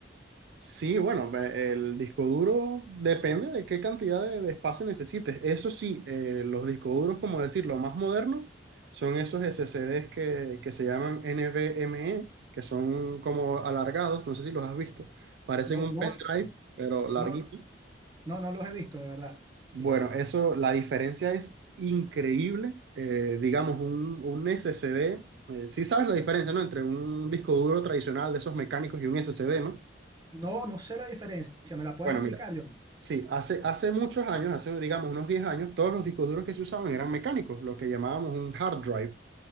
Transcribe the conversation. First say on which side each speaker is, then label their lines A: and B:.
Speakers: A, on the right; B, on the right.
A: Sí, bueno, ve- el disco duro depende de qué cantidad de, de espacio necesites. Eso sí, eh, los discos duros, como decir, lo más moderno, son esos SSDs que, que se llaman NVMe, que son como alargados, no sé si los has visto. Parecen
B: No,
A: un
B: no,
A: pendrive, pero larguito.
B: no, no, no los he visto, de verdad.
A: Bueno,
B: Sí.
A: eso, la diferencia es increíble. Eh, digamos, un, un SSD, eh, sí sabes la diferencia, ¿no? Entre un disco duro tradicional de esos mecánicos y un SSD, ¿no?
B: No, no sé la diferencia. ¿Me la puedes
A: Bueno,
B: explicar,
A: mira,
B: John?
A: sí, hace, hace muchos años, hace, digamos, unos 10 años, todos los discos duros que se usaban eran mecánicos, lo que llamábamos un hard drive.